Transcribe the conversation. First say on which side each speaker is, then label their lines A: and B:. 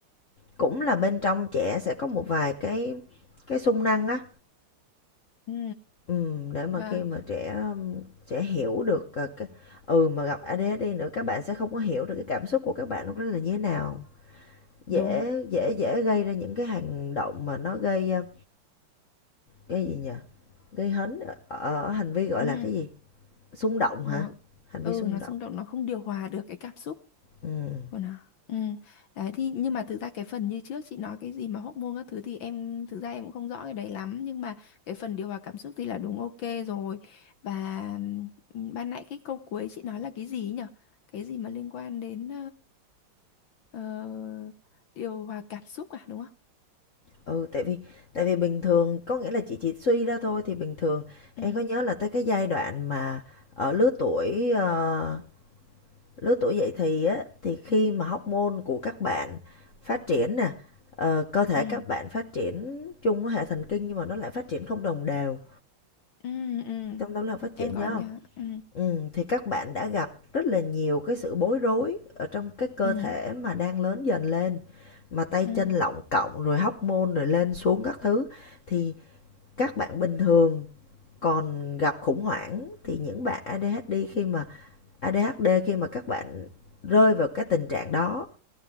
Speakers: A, on the left; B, on the left.
A: cũng là bên trong trẻ sẽ có một vài cái cái xung năng á
B: ừ
A: Ừm, để mà
B: và
A: khi mà trẻ trẻ hiểu được, ờ, cái ừ, mà gặp ADHD nữa các bạn sẽ không có hiểu được cái cảm xúc của các bạn lúc đó là như thế nào, dễ
B: đúng
A: dễ dễ gây ra những cái hành động mà nó gây, a, gây gì nhỉ? Gây hấn ở ở hành vi, gọi
B: ừ
A: là, cái gì? Xung động
B: nó
A: hả? Hành vi
B: ừ
A: xung
B: nó
A: động,
B: xung động nó không điều hòa được cái cảm xúc
A: ừm,
B: của nó ừ đấy thì nhưng mà thực ra cái phần như trước chị nói cái gì mà hormone các thứ thì em thực ra em cũng không rõ cái đấy lắm nhưng mà cái phần điều hòa cảm xúc thì là đúng ok rồi và ừ, ban nãy cái câu cuối chị nói là cái gì ấy nhở cái gì mà liên quan đến Ờ, điều hòa cảm xúc à đúng không?
A: ừ, tại vì tại vì bình thường có nghĩa là chị chỉ suy ra thôi thì bình thường
B: Ừ,
A: em có nhớ là tới cái giai đoạn mà ở lứa tuổi, ờ lứa tuổi dậy thì á thì khi mà hormone của các bạn phát triển nè, ờ, cơ thể
B: ừ,
A: các bạn phát triển chung với hệ thần kinh nhưng mà nó lại phát triển không đồng đều,
B: ừ, ừ.
A: trong đó là phát triển
B: Em còn
A: nhớ hông?
B: nhớ. Ừ,
A: Ừm, thì các bạn đã gặp rất là nhiều cái sự bối rối ở trong cái cơ
B: ừ,
A: thể mà đang lớn dần lên, mà tay
B: ừ,
A: chân lọng cộng rồi hormone rồi lên xuống các thứ. Thì các bạn bình thường còn gặp khủng hoảng thì những bạn ADHD khi mà ADHD khi mà các bạn rơi vào cái tình trạng đó